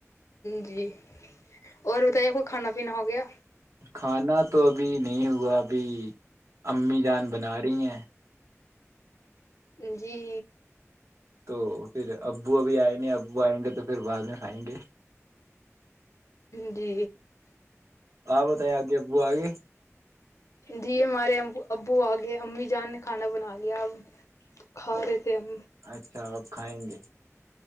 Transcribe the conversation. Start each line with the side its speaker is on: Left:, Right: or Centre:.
Left: جی اور بتائیے آپ کو کھانا پینا ہو گیا
Right: کھانا تو ابھی نہیں ہوا ابھی امی جان بنا رہی ہیں
Left: جی
Right: تو پھر ابو ابھی آئے نہیں ابو آئیں گے تو پھر بعد میں کھئیں گے
Left: جی
Right: آ بتائ ہگیبوگ
Left: جی ہمارے ابو ابو آگئے امی جان نے کھانا بنا لیا ا کھا لی تھ ہم
Right: اچھا اب کھائیں گے